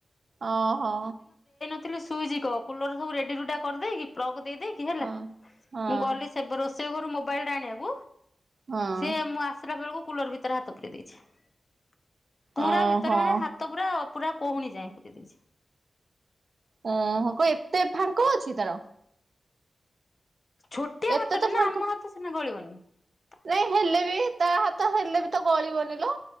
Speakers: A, on the right; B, on the left.
A: ଓହୋ।
B: ଦେଇ ନଥିଲି ସୁଇଚ୍ କ କୁଲର ସବୁ ରେଡି ରୁଡା କରିଦେଇକି ପ୍ଲଗ୍ ଦେଇ ଦେଇକି ହେଲା
A: ହଁ। ହଁ
B: ମୁଁ ଗଲି ସେ ରୋଷେ ସେ ଘରୁ ମୋବାଇଲ ଟା ଆଣିବାକୁ
A: ହଁ
B: ସିଏ ମୁଁ ଆସିଲା ବେଳକୁ କୁଲର୍ ଭିତରେ ହାତ ପୂରେଇ ଦିଏ। <inaudible> ପୁରା
A: ଓହୋ।
B: ଭିତରେ ମାନେ ହାତ ପୁରା ପୁରା କହୁଣୀ ଯାଏ ପୂରେଇ ଦେଇଛି। <inaudible>
A: ଓହୋ କଣ ଏତେ ଫାଙ୍କ ଅଛି ତାର?
B: ଛୋଟିଆ
A: ଏତେ
B: ହାତଟେ
A: ତ ଫାଙ୍କ
B: ନା ଆମ ହାତ ସିନା ଗଳିବନି ହଁ।
A: ନାଇଁ ହେଲେ ବି ତା ହାତ ହେଲେ ବି ତ ଗଳିବନି ଲୋ